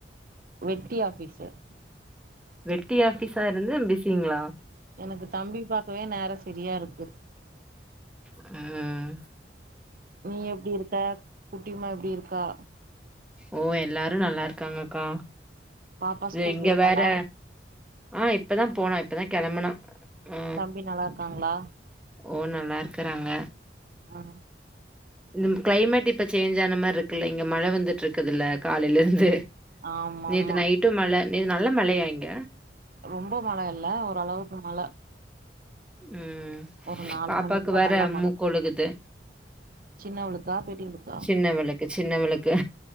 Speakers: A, on the right (about 55°); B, in the centre.
A: வெட்டி ஆபீசர்
B: வெட்டி ஆபிஸராருந்து பிஸிங்களா
A: எனக்கு தம்பி பாக்கவே நேரம் செரியா இருக்கு
B: ம்
A: நீ எப்படி இருக்க குட்டிமா எப்டி இருக்கா
B: ஓ எல்லாரும் நல்லா இருக்காங்கக்கா
A: பாப்பா
B: இது
A: ஸ்கூல்
B: இங்க
A: போயிட்டாலா
B: வேற ஆ இப்பதான் போனா இப்பதான் கெளம்புனா ஆ
A: தம்பி நல்லா இருக்காங்களா
B: ஓ நல்லா இருக்கறாங்க
A: ஆ
B: இந்த கிளைமேட் இப்ப சேஞ்ச் ஆன மார்ருக்குல்ல இங்க மழ வந்துட்டு இருக்குதுல்ல காலையில இருந்து
A: ஆமா
B: நேத்து
A: ஆமா
B: நைட்டும் மழ நே நல்ல மழையா இங்க
A: ரொம்ப மழ இல்ல ஓரளவுக்கு மழ
B: ம்
A: ஒரு நாலு
B: பாப்பாக்கு
A: மணிக்குலா
B: வேற
A: நல்ல மழ
B: மூக்கொழுகுது
A: சின்னவளுக்கா பெரியவளுக்கா
B: ஜின்னவளுக்கு ஜின்னவளுக்கு